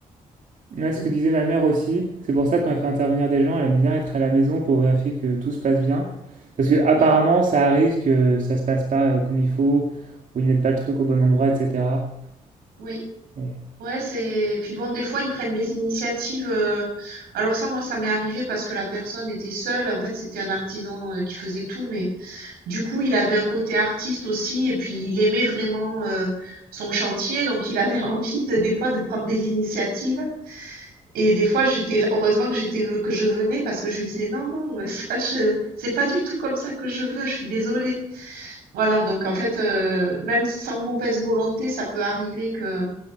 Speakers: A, on the right; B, on the right.
A: Ouais,
B: Mm.
A: ce que disait ma mère aussi, c'est pour ça que quand elle fait intervenir des gens, elle aime bien être à la maison pour vérifier que tout se passe bien. Parce que apparemment,
B: Oui,
A: ça arrive que ça se passe pas euh, comme il faut, ou ils mettent pas le truc au bon endroit, etc.
B: oui.
A: Et-
B: Ouais, c'est. Puis bon, des fois, ils prennent des initiatives. euh, Alors ça, moi, ça m'est arrivé parce que la personne était seule. En fait, c'était un artisan euh, qui faisait tout, mais Du coup, il avait un côté artiste aussi et puis il aimait vraiment, heu, son chantier donc il avait <laughs> envie de des fois de prendre des initiatives et des fois j'étais là heureusement que j'étais euh, que je venais parce que je lui disais: «Non, non, euh, <laughs> ça je c'est pas du tout comme ça que je veux, je suis désolée». Voilà, donc en fait, heu, même sans mauvaise volonté, ça peut arriver que